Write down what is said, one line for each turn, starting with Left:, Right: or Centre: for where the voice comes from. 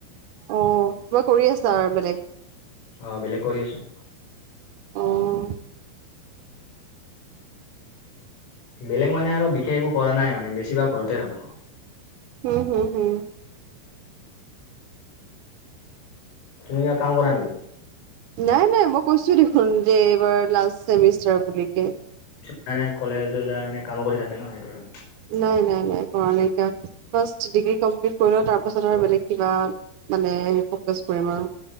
Right: অ', কিবা কৰি আছা আৰু বেলেগ।
Left: অ', বেলেগ কৰি আছো।
Right: অ',
Left: বেলেগ মানে আৰু বিশেষ একো কৰা নাই মানে বেছিভাগ ঘৰতে থাকো।
Right: হম, হম, হম।
Left: তুমি কিবা কাম কৰা নেকি?
Right: নাই নাই মই কৈছোয়ে দেখোন যে এইবাৰ লাষ্ট চেমিষ্টাৰ বুলিকে।
Left: কিছুমানে কলেজো যায় মানে কামো কৰি থাকে ন সেইটো কাৰণে।
Right: নাই নাই নাই কৰা নাই কাম। ফাৰ্ষ্ট ডিগ্ৰী কমপ্লিট কৰিলও তাৰপাছত আৰু বেলেগ কিবা মানে ফ'কাচ কৰিম আৰু।